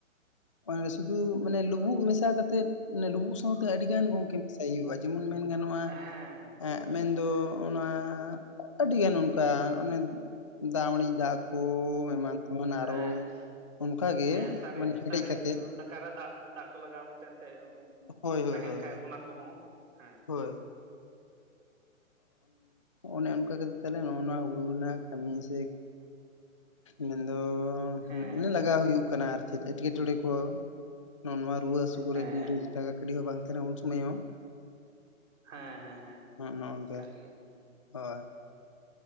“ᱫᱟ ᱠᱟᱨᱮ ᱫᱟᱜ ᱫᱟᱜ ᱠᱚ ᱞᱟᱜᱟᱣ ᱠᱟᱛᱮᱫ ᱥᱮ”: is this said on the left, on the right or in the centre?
Right